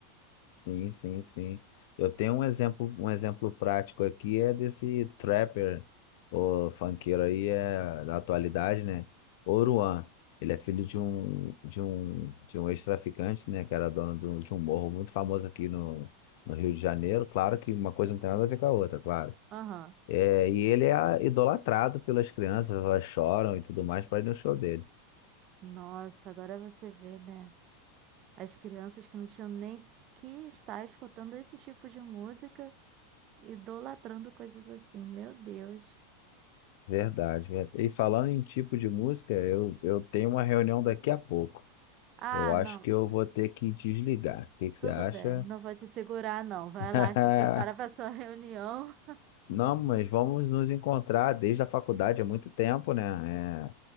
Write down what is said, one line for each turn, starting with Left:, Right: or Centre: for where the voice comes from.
Left: Sim, sim, sim. Eu tenho um exemplo, um exemplo prático aqui é desse trapper, o funkeiro aí é da atualidade, né? Oruan. Ele é filho de um de um de um ex-traficante, né, que era dono do- de um morro muito famoso aqui no, no Rio de Janeiro. Claro que uma coisa não tem nada a ver com a outra, claro.
Right: Aham.
Left: É, e ele é idolatrado pelas crianças, elas choram e tudo mais para ir no show dele.
Right: Nossa, agora você vê, né? As crianças que não tinham nem que estar escutando esse tipo de música, idolatrando coisas assim. Meu Deus.
Left: Verdade, verdade. E falando em tipo de música, eu, eu tenho uma reunião daqui a pouco.
Right: Ah,
Left: Eu acho
Right: não,
Left: que eu vou ter que desligar. O que que
Right: tudo
Left: você acha?
Right: bem, não vou te segurar, não. Vai
Left: <laughs>
Right: lá, se prepara para sua <laughs> reunião.
Left: Não, mas vamos nos encontrar desde a faculdade há muito tempo, né? É,